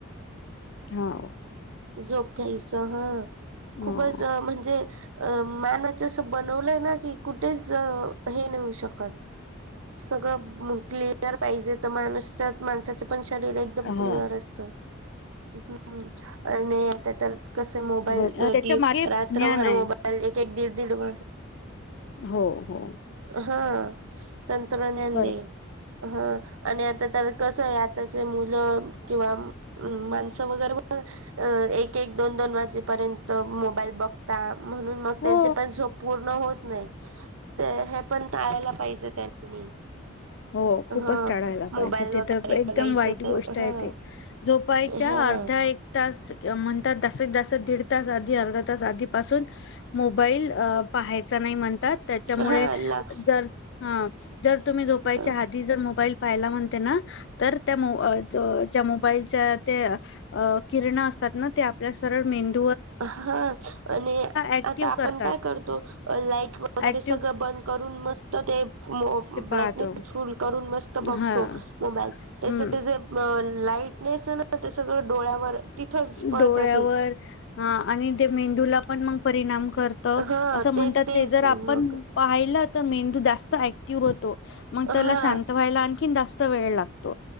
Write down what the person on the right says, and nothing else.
झोप घ्यायस ह
खूपच अ म्हणजे अ मानाचसं बनवलं ना की कुठेच हे नऊ शकत. सगळं म क्लिअर पाहिजेत. त माणूसच्यात माणसाच्या पण शरीर एकदम क्लिअर
असत. हम्म. अ नाहीआता तर. कसे मोबाईल
<unintelligible> कधी
रात्रभर
मोबाईल एक एक दिड दिड बर
हा. तंत्रज्ञानने
हा. आणि आता तर कस यात. त्याचे मुल किंवा माणस वगैरे पण अ एक एक दोन दोन वाजेपर्यंत मोबाईल बघता म्हणून मग
त्यांचे पण झोप पूर्ण होत नाही ते हे पण टळायला पाहिजे त्यांनी.
हा
मोबाईल
वगैरे
बघायचं
हा
हा
हा ला
ह
हा आणि
आता आपण
काय करतो लाईट वगैरे
सगळ बंद करून मस्त ते मो
ब्राईटनेस
फुल करून मस्त बघतो
मोबाईल त्याच
त्याच लाईटनेस य ना ते सगळ डोळ्यावर तिथंच पडतं
ते
हा
तेच
मग
हा